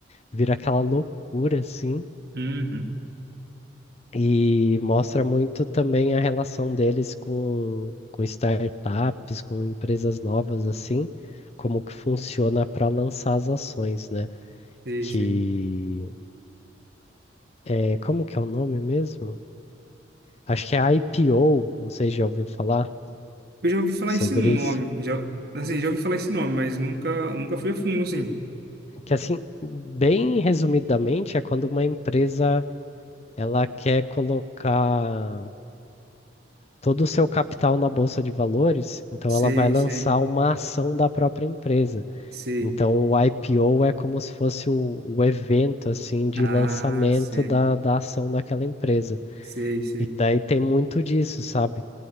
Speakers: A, on the left (about 35°); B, on the right (about 55°).
A: vira aquela loucura assim.
B: Uhum.
A: E mostra muito também a relação deles com, com startups, com empresas novas assim, como que funciona para lançar as ações, né?
B: Sei,
A: Que
B: sei.
A: é, como que é o nome mesmo? Acho que é IPO, não sei se já ouviu falar
B: Eu já ouvi falar
A: sobre
B: esse nome,
A: isso.
B: já, assim, já ouvi falar esse nome, mas nunca, nunca fui a fundo assim.
A: Que assim, bem resumidamente, é quando uma empresa ela quer colocar todo o seu capital na bolsa de valores, então
B: Sei,
A: ela vai lançar
B: sei,
A: uma ação da própria empresa.
B: sei.
A: Então o IPO é como se fosse o, o evento assim de
B: Ah,
A: lançamento
B: sei,
A: da, da ação daquela empresa.
B: sei, sei.
A: E daí tem muito disso, sabe?